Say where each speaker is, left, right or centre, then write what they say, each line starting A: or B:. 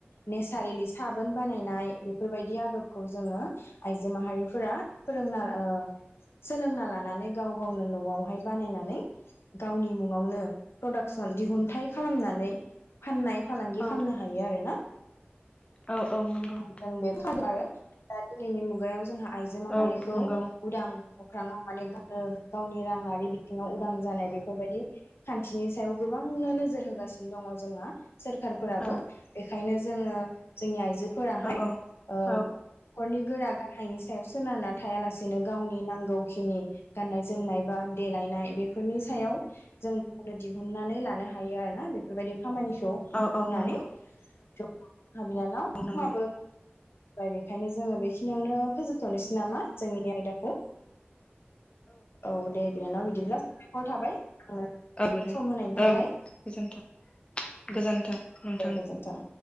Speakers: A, on the left; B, on the left.
A: नेसारेलि साबोन बानायनाय बेफोरबायदि आदबखौ जोङो आइजो माहारिफोरा फोरोंना ओ सोलोंना लानानै गाव गावनो न'आवहाय बानायनानै गावनि मुङावनो प्रडाक्सन दिहुनन्थाइ खालामनानै फाननाय फालांगि
B: औ
A: खालामनो आरो ना
B: औ औ नंगौ
A: जों बेबो आरो दा दिनैनि मुग <unintelligible> याव जोंहा आइजो माहारिखौ
B: औ नंगौ
A: उदां अख्राङाव माने गावनो गावनि राङारि बिथिङाव उदां जानाय बे फोरबायदि खान्थिनि सायाव गोबांनो नोजोर होगासिनो दङ जोंहा सोरखारफोराबो
B: औ
A: बेखायनो जोङो जोंनि आइजो फोराहाय
B: औ
A: ओ
B: औ
A: खरनि गोरा गाहायनि सायाव सोनारना थायालासेनो गावनि नांगौखिनि गाननाय जोमनाय बा देलायनाय बेफोरनि सायाव जों गावनो दिहुननानै लानो हा हायो आरो ना बेफोरबायदि खामानिखौ
B: औ
A: मावनानै
B: औ नंगौ
A: <unintelligible> जोबबाय
B: औ नंगौ
A: बेखायनो जोङो बेखिनियावनो फोजोब थनोसै नामा जोंनि आयदाखौ औ दे बिनानाव बिदिब्ला साबायखर थाबाय आंनो
B: औबो दे
A: सम होनायनि थाखाय
B: औ गोजोनथों गोजोनथों
A: दे गोजोनथों